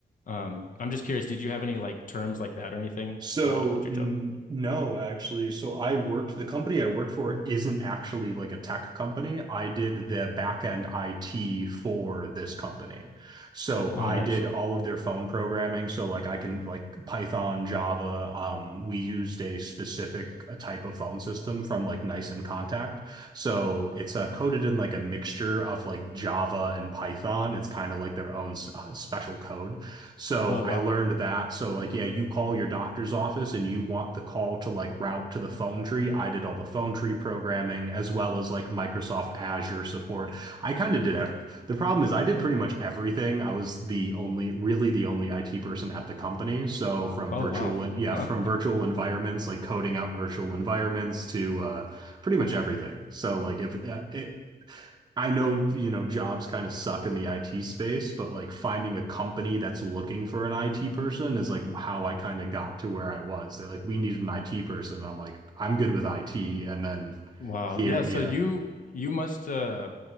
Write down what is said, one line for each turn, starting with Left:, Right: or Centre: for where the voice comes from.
Left: Um, I'm just curious, did you have any like terms like that or anything
Right: So
Left: uh, at your
Right: n
Left: job?
Right: no, actually. So I worked, the company I worked for isn't actually like a tech company. I did the back end IT for this company. So
Left: Oh,
Right: I
Left: nice.
Right: did all of their phone programming. So like I can like Python, Java. Um, we used a specific uh, type of phone system from like Nice and Contact. So it's uh, coded in like a mixture of like Java and Python. It's kind of like their own s- uh, special code. So
Left: Oh,
Right: I
Left: wow.
Right: learned that. So like, yeah, you call your doctor's office and you want the call to like route to the phone tree. I did all the phone tree programming as well as like Microsoft Azure support. I kind of did ev the problem is I did pretty much everything. I was the only, really the only IT person at the company. So from
Left: Oh,
Right: virtual
Left: wow.
Right: and yeah,
Left: <laughs>
Right: from virtual environments, like coding out virtual environments to uh pretty much everything. So like if uh, it, I know, you know, jobs kind of suck in the IT space, but like finding a company that's looking for an IT person is like how I kind of got to where I was. They're like, we need an IT person. I'm like, I'm good with IT. And then
Left: Wow.
Right: here,
Left: Yeah, so
Right: yeah.
Left: you you must uh